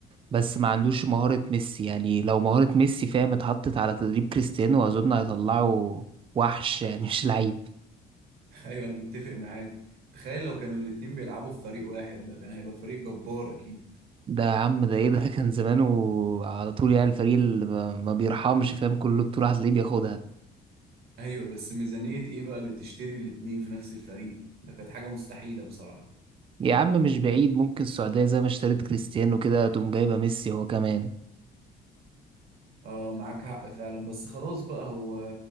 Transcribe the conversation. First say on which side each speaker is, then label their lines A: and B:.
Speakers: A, on the right (about 30°); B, on the right (about 65°).
A: بس ما عندوش مهارة ميسي يعني لو مهارة ميسي فاهم اتحطت على تدريب كريستيانو اظن هيطلعه وحش يعني مش لعيب
B: <laughs> أيوة أنا متفق معاك تخيل لو كانوا الاتنين بيلعبوا في فريق واحد ده كان هيبقى فريق جبار أكيد
A: ده يا عم ده ايه ده <laughs> كان زمانه على طول يعني الفريق اللي ما ما بيرحمش فاهم كل بطولة هتلاقيه بياخدها
B: أيوة بس ميزانية إيه بقى اللي تشتري الاتنين في نفس الفريق ده كانت حاجة مستحيلة بصراحة
A: يا عم مش بعيد ممكن السعودية زي ما اشتريت كريستيانو كده تقوم جايبة ميسي هو كمان
B: اه معاك حق فعلا بس خلاص بقى هو